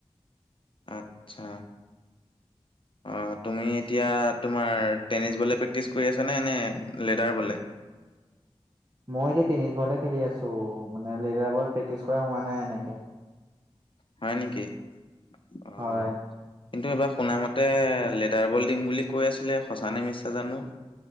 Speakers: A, on the left; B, on the right.
A: আচ্ছা অ অ তুমি এতিয়া তোমাৰ টেনিছ বলে প্ৰেক্টিছ কৰি আছা নে নে লেডাৰ বলে?
B: মই এতিয়া টেনিছ বল খেলি আছোঁ মানে লেডাৰ বল প্ৰেক্টিছ কৰা হোৱা নাই এনেকে।
A: হয় নেকি অ?
B: হয়
A: কিন্তু এইবাৰ শুনা মতে লেডাৰ বল দিম বুলি কৈ আছিলে সঁচা নে মিছা জানোঁ।